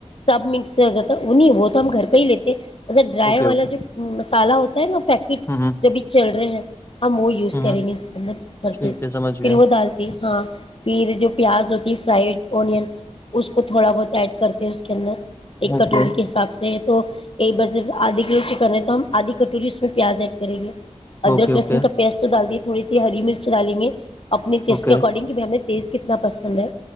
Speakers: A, on the left; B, on the left.
A: سب مکس ہو جاتا وہ نہیں وہ تو ہم گھر کا ہی لیتے ج ایا ڈرائی
B: اوکے
A: والا
B: اوکے
A: جو مسالا ہوتا ہے نا پیکٹ
B: ہ
A: جبھی چل رہے ہیں ہم وہ یوز کریں
B: ہ
A: گے اسد کرتے
B: ٹھیک ہے سمجھ گیا
A: پھر وہ ڈالتے ہاں پھر جو پیاز ہوتی فائڈ اونین اس کو تھوڑا بہت ایڈ کرتے ہیں اس کے اندر ایک
B: اوکے
A: کٹوری کے حساب سے تو ایک ب آدھا کلو چکن ہے تو ہم آدھی کٹوری اس میں پیاز ایڈ کریں گے ادرک
B: اوکے اوکے
A: لسن کا پیسٹ تو ڈال دی ت تھوڑی سی ہری مرچ ڈالیں گے اپنی اسس
B: اوکے
A: کے اکارڈنگ کی بھی ہمیں تیز کتنا پسند ہے